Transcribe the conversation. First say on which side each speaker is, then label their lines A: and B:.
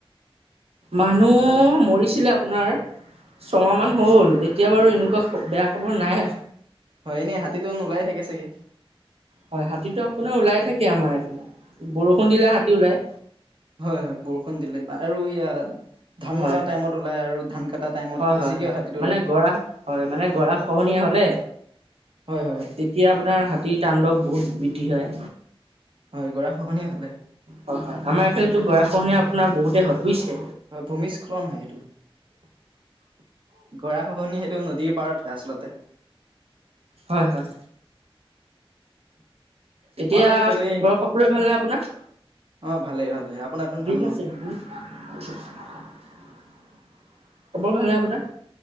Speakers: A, on the right; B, on the right.
A: মানুহ মৰিছিলে আপোনাৰ ছমাহান হ'ল এতিয়া বাৰু এনেকুৱা বেয়া খবৰ নাই।
B: হয় এনেই হাতীটো নোলাই থাকে চাগে।
A: হয় হাতীটো আপোনাৰ ওলাই থাকে আমাৰ এইফালে, বৰষুণ দিলে হাতী ওলাই।
B: হয় হয় বৰষুণ দিলে আৰু ই ধান
A: হয়
B: টাইমত ওলাই আৰু ধান কটা টাইমত
A: হয়
B: বেছিকে
A: হয় হয়
B: হাতীটো
A: মানে
B: ওলাই।
A: গৰা হয় মানে গৰা খহনীয়া হলে
B: হয় হয় হয়।
A: তেতিয়া আপোনাৰ হাতীৰ তাণ্ডৱ বহুত বৃদ্ধি হয়
B: হয় গৰা খহনীয়া হলে
A: হয় হয় আমাৰ এইফালো গৰাখনীয়া আপোনাৰ বহুতে হয় বুজিছে।
B: হয় ভূমিস্খলন হয় সেইটো গৰা খহনিয়া সেইটো নদীৰ পাৰত হয় আচলতে
A: হয় হয় এতিয়া
B: আমাৰো
A: ঘৰৰ
B: এইফালে
A: সকলোৰে ভাল লাগে আপোনাৰ?
B: অ ভালে ভালে
A: <unintelligible>
B: আপোনাৰ তোন ভাল ন?
A: খবৰ ভাল নাই আপোনাৰ।